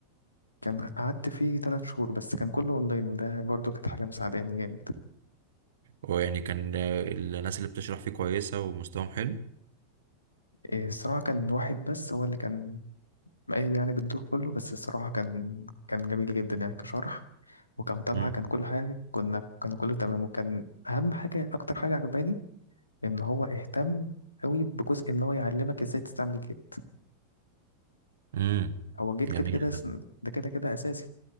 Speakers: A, on the left; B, on the right.
A: كان قعدت فيه تلات شهور بس كان كله أونلاين وده برضه كانت حاجة مساعداني جامد
B: هو يعني كان آه، الناس اللي بتشرح فيه كويسة ومستواهم حلو
A: إيه، الصراحة كان واحد بس هو اللي كان قايم يعني بالدور كله بس الصراحة كان كان جميل جدا يعني كشرح وكمتابعة
B: امم
A: كان كل حاجة كنا كان كله تمام وكان أهم حاجة أكتر حاجة عجباني إن هو اهتم أوي بجزء إن هو يعلمك إزاي تستعمل جيت
B: امم
A: هو جيت
B: جميل
A: كده كده س-
B: ده
A: ده كده كده أساسي